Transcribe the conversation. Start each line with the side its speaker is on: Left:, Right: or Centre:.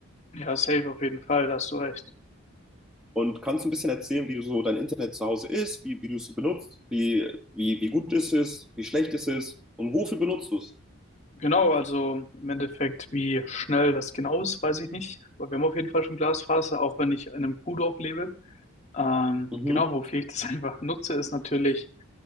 Left: Ja, safe auf jeden Fall, da hast du recht.
Centre: Und kannst ein bisschen erzählen, wie so dein Internet zu Hause ist, wie, wie du es so benutzt, wie, wie, wie gut ist es, wie schlecht ist es und wofür benutzt du es?
Left: Genau, also im Endeffekt, wie schnell das genau ist, weiß ich nicht. Aber wir haben auf jeden Fall schon Glasfaser, auch wenn ich in einem Kuhdorf lebe. Ähm,
Centre: Mhm.
Left: genau, wofür ich das <laughs> einfach nutze, ist natürlich,